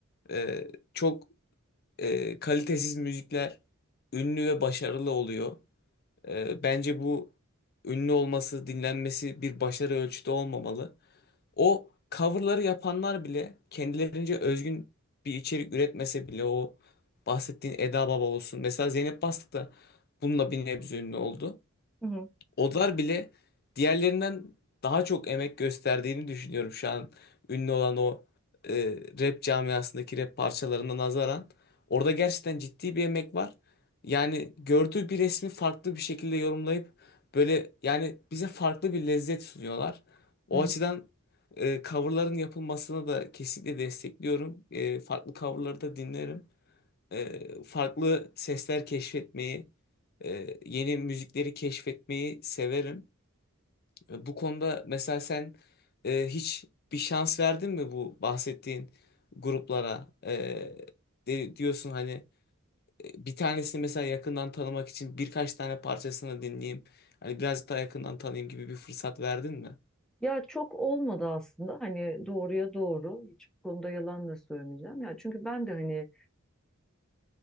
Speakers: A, on the left; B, in the centre.
A: Ee, çok e, kalitesiz müzikler ünlü ve başarılı oluyor. Ee, bence bu ünlü olması, dinlenmesi bir başarı ölçütü olmamalı. O coverları yapanlar bile kendilerince özgün bir içerik üretmese bile o bahsettiğin Eda Baba olsun. Mesela Zeynep Bastık da bununla bir nebze ünlü oldu.
B: Hı hı.
A: Olar bile diğerlerinden daha çok emek gösterdiğini düşünüyorum şu an ünlü olan o e, rap camiasındaki rap parçalarına nazaran. Orada gerçekten ciddi bir emek var. Yani gördüğü bir resmi farklı bir şekilde yorumlayıp böyle yani bize farklı bir lezzet sunuyorlar. O
B: Hı
A: açıdan e, coverların yapılmasına da kesinlikle destekliyorum. E, farklı coverları da dinlerim e, farklı sesler keşfetmeyi, e, yeni müzikleri keşfetmeyi severim. E, bu konuda mesela sen e, hiç bir şans verdin mi bu bahsettiğin gruplara? E, de- diyorsun hani e, bir tanesini mesela yakından tanımak için birkaç tane parçasını dinleyeyim. Hani birazcık daha yakından tanıyayım gibi bir fırsat verdin mi?
B: Ya çok olmadı aslında hani doğruya doğru hiç bu konuda yalan da söylemeyeceğim. Ya çünkü ben de hani